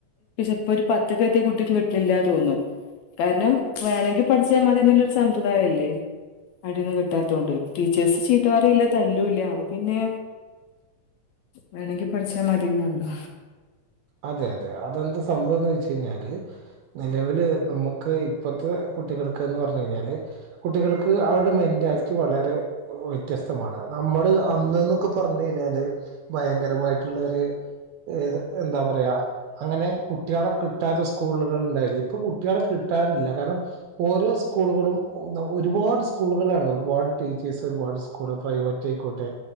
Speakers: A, on the left (about 75°); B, on the right (about 75°).
A: ഇപ്പൊ ഒരു പത്ത് കത്തെ കുട്ടിക്ക് കിട്ടില്ലന്ന് തോന്നുന്നു കാരണം വേണമെങ്കിൽ പഠിച്ചാൽ മതിന്നുള്ളരു സമ്പ്രദായം അല്ലേ അടന്നും കിട്ടാത്തതൊണ്ട് ടീച്ചേഴ്സ് ചീത പററിയില്ല തല്ലൂല്ല പിന്നെ വേണെങ്കി പഠിച്ചാ മതിന്നാല്ലോ
B: അതെ അതെ അതെന്താ സംഭവംന്ന് വച്ച കഴിഞ്ഞാല് നിലവില് നമുക്ക് ഇപ്പത്തെ കുട്ടികൾക്ക്ന്ന് പറഞ്ഞു കഴിഞ്ഞാല് കുട്ടികൾക്ക് അവരുടെ മെന്റാലിറ്റി വളരെ ഒരു വ്യത്യതമാണ് നമ്മള് അന്ന്ന്നൊക്കെ പറഞ്ഞു കഴിഞ്ഞാല് ഭയങ്കരമായിട്ടുള്ളര് എ എന്താ പറയാ അങ്ങനെ കുട്ടികളെ കിട്ടാത്ത സ്കൂളുകളി ഇപ്പൊ കുട്ടികളെ കിട്ടാനില്ല കാരണം ഓരോ സ്കൂളുകളും ഒരുപാട് സ്കൂളുകളാണ് ഒരുപാട് ടീച്ചേഴ്സ് ഒരുപാട് സ്കൂള് പ്രൈവറ്റ് ആയിക്കോട്ടെ